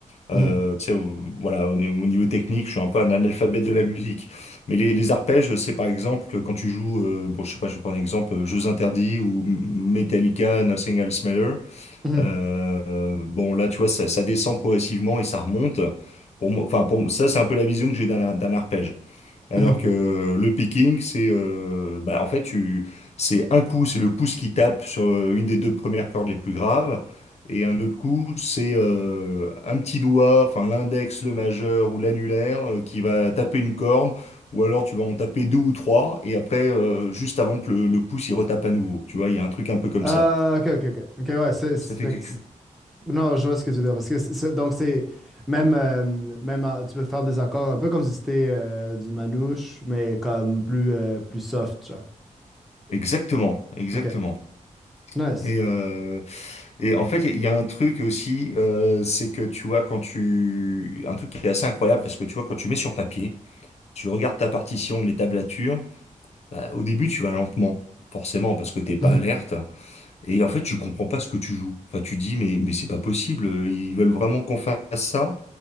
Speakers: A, on the left (about 55°); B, in the centre.
A: Euh,
B: Mhm.
A: tu sais, au- voilà, au, ni- au niveau technique, je suis un peu un analphabète de la musique. Mais les, les arpèges, c'est par exemple quand tu joues, euh, bon, je sais pas, je vais prendre un exemple, euh, Jeux Interdits ou M- Metallica, Nothing Else Matter.
B: Mhm.
A: Euh, euh, bon, là, tu vois, ça, ça descend progressivement et ça remonte. Pour moi, enfin, pour moi- ça, c'est un peu la vision que j'ai d'un d'un arpège. Alors
B: Mhm.
A: que le picking, c'est euh, bah, en fait tu c'est un coup, c'est le pouce qui tape sur euh, une des deux premières cordes les plus graves, et un autre coup, c'est euh, un petit doigt, enfin l'index, le majeur ou l'annulaire euh, qui va taper une corde, ou alors tu vas en taper deux ou trois, et après euh, juste avant que le, le pouce il retape à nouveau. Tu vois, il y a un truc un peu comme
B: Ah,
A: ça.
B: OK, OK, OK. OK, ouais, c'est. c'est-
A: Ça fait
B: fait
A: quelque
B: que c'est-
A: chose.
B: Non, je vois ce que tu veux dire. Parce que c'est- c'est- donc, c'est. Même, euh, même en- tu peux faire des accords un peu comme si c'était euh, du manouche, mais comme plus, euh, plus soft, genre.
A: Exactement, exactement.
B: OK. Nice.
A: Et, euh, Et en fait, il y a un truc aussi, euh, c'est que tu vois, quand tu... Un truc qui est assez incroyable, parce que tu vois, quand tu mets sur papier, tu regardes ta partition, les tablatures, bah, au début, tu vas lentement, forcément, parce que t'es pas
B: Mhm.
A: alerte. Et en fait, tu comprends pas ce que tu joues. Enfin, tu dis, mais, mais c'est pas possible, euh, ils veulent vraiment qu'on fasse ça.